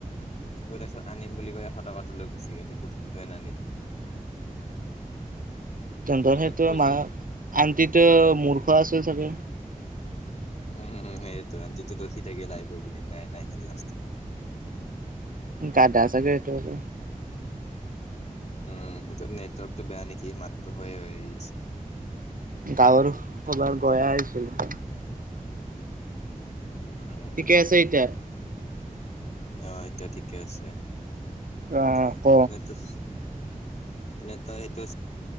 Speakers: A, on the left; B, on the right.
A: তাৰপিছত আনিম বুলি কৈ এশ টকাটো লৈ গুছি গ'ল, সি বস্তুটোৱে নানিলে। <unintelligible>
B: তেন্তে সেইটো
A: পইচাটো
B: মা আন্টিতো মূৰ্খ আছিল চাগে।
A: উম', উম' সেইটো আন্টিতো ৰখি থাকিল আহিব বুলি নাই নাই নাহিল লাষ্টত।
B: গাধা ছাগে <unintelligible>
A: উম, নেটৱৰ্কটো বেয়া নেকি মাতটো হয় হৈ আছে।
B: গাঁৱৰ কবাৰ পৰাই আহিছিলোঁ।
A: উম।
B: ঠিকে আছে এতিয়া।
A: অহ, এতিয়া ঠিকে আছে।
B: অ
A: <unintelligible>
B: ক
A: এনেই তই এইটো